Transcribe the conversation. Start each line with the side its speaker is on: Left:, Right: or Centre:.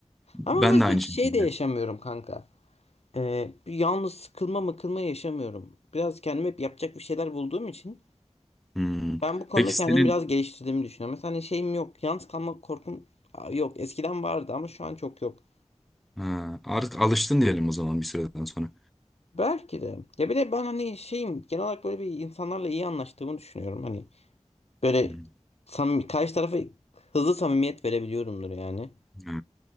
Centre: Ben
Left: Ama mesela
Centre: de aynı
Left: şey
Centre: şekilde.
Left: de yaşamıyorum kanka. Ee, bir yalnız sıkılma mıkılma yaşamıyorum. Biraz kendime hep yapacak bir şeyler bulduğum için
Centre: Hmm.
Left: ben bu konuda
Centre: Peki
Left: kendimi
Centre: senin
Left: biraz geliştirdiğimi düşünüyorum. Mesela hani şeyim yok. Yalnız kalma korkum aa, yok. Eskiden vardı ama şu an çok yok.
Centre: ha, artık alıştın diyelim o zaman bir süreden sonra.
Left: Belki de. Ya bir de ben hani şeyim genel olarak böyle bir insanlarla iyi anlaştığımı düşünüyorum. Hani böyle
Centre: Hmm.
Left: samimi, karşı tarafa hızlı samimiyet verebiliyorumdur yani.
Centre: Ha,